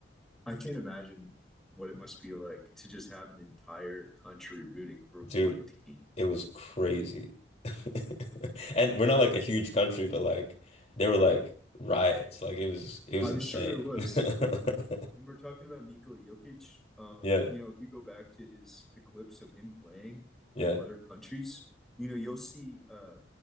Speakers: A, in the centre; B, on the left.
A: I can't imagine what it must be like to just have an entire country rooting for one
B: Dude,
A: team.
B: it was crazy. <laughs> And we're not like a huge country, but like there were like riots. Like it was it was
A: I'm
B: insane.
A: sure there was.
B: <laughs>
A: When when we're talking about Nikola Jokic, um,
B: Yeah,
A: you know, if you go back to his the clips of him playing
B: yeah,
A: in other countries, you know, you'll see uh